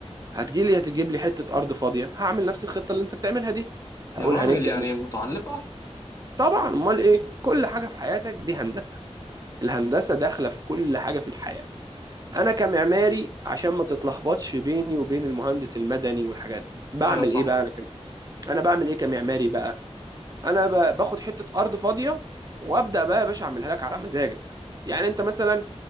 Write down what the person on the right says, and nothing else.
هتجيلي هتجيب لي حتة أرض فاضية هعمل نفس الخطة اللي أنت بتعملها دي هقول
هنبدأ
من-
طبعا أمال إيه؟ كل حاجة في حياتك دي هندسة الهندسة داخلة في كل حاجة في الحياة انا كمعماري عشان ما تتلخبطش بيني وبين المهندس المدني والحاجات دي بعمل
ايه بقى انا كم... انا بعمل ايه كمعماري بقى انا ب... باخد حته ارض فاضيه وابدا بقى يا باشا اعملها لك على مزاجك يعني انت مثلا